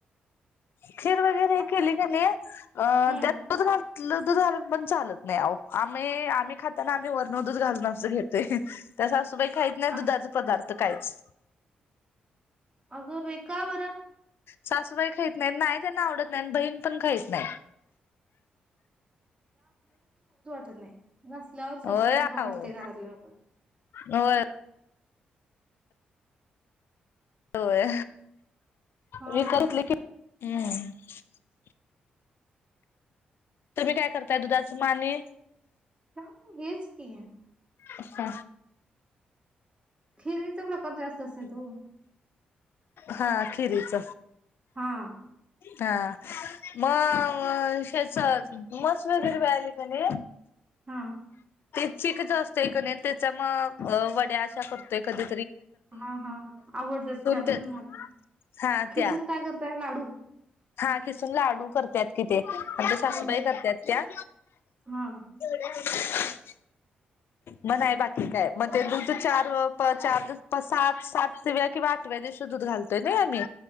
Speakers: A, on the left (about 60°); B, on the right (about 25°).
A: खीर वगैरे हे
B: असलं.
A: केली कणी अ
B: हम्म
A: त्यात दूध <unintelligible> दूध घालून पण चालत नाही अहो आम्ही आम्ही खाताना आम्ही वरून दूध घालूनच घेतोय, तस सासूबाई खाईत नाही
B: अस-
A: दुधाचे पदार्थ. तर कायच.
B: अगं बाई का बर?
A: सासूबाई खाईत नाहीत नाही त्यांना आवडत नाही आणि बहीण पण खाईत नाही.
B: तर नाही. नसल्यावर सगळ्यांना
A: होय
B: खाऊ
A: अहो
B: वाटत्या घरातलं पण.
A: होय होय.
B: हा
A: मी कतले की <unintelligible> तुम्ही काय करताय दुधाच म आणि.
B: काय हेच की.
A: अच्छा!
B: खिरीच प्रकार जास्त असतात ओ.
A: हा खिरीच
B: हा.
A: हा, म हेच म्हैस वगैरे मिळाली कणी
B: हा.
A: चीक जो असतोय कनी त्याचा मग वड्या अशा करतोय, कधी
B: हा हा, आवडतात <unintelligible> पण
A: ते
B: मला,
A: हा
B: खिसून
A: त्या
B: काय करताय लाडू?
A: हा खिसून लाडू करतात कि ते. आमच्या सासूबाई
B: होय होय
A: करतात त्या.
B: हा
A: <inaudible> म नाय बाकी काय म ते दूध चार अ प चार सात सातव्या किंवा आठव्या दिवशी दूध घालतोय नाही आम्ही.